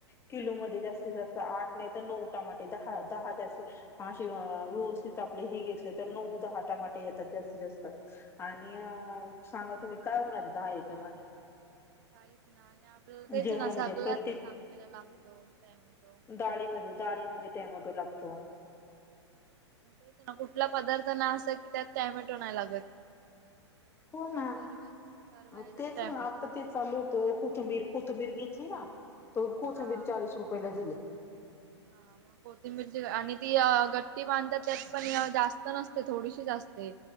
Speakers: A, on the left; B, on the right.
A: किलो मध्ये जास्तीत जास्त आठ नाही तर नऊ टमाटे दहाऽऽ दहा जास्तीऽऽ अशी अऽऽव्यवस्थित आपले हे घेतले तर नऊ दहा टमाटे येतात जास्तीत जास्त आणि अ सांगा तुम्ही काय होणार दहा याच्यामध्ये?
B: काहीच नाही. आणि आपल्याला तेच
A: जेवणामध्ये
B: ना सगल्यात
A: प्रत्येक
B: टाकायला लागतो टॅमॅटो
A: डाळीमध्ये डाळीमध्ये टॅमॅटो लागतो.
B: तेच ना कुठला पदार्थ नाय असा, कि त्यात टॅमेटो नाय लागत.
A: हो ना,
B: सर्व सर्व
A: अ
B: ह्याच्यात
A: तेच
B: टॅमॅटो
A: मग, आता तेच चालू होतं कोथंबीर. कोथंबीर घेतली ना, तर कोथंबीर
B: हा.
A: चाळीस रुपयाला दिले.
B: हा. कोथिंबिरची आणि ती गट्टी बांधतात, त्यात पण जास्त नसते थोडीशीच असते.